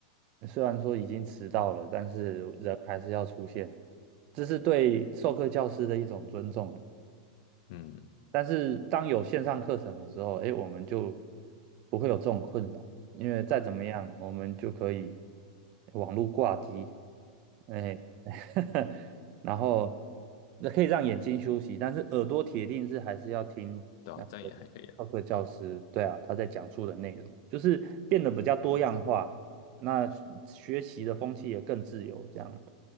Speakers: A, on the right; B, on the left.
A: 虽然说已经迟到了，但是人还是要出现，这是对授课教师的一种尊重。
B: 嗯，
A: 但是当有线上课程的时候，哎，我们就不会有这种困扰，因为再怎么样，我们就可以网络挂机，哎，<laughs> 然后那可以让眼睛休息，但是耳朵铁定是还是要听那个授课教师，
B: 对啊，这样也还可以啊。
A: 对啊，他在讲述的内容，就是变得比较多样化，那学习的风气也更自由，这样，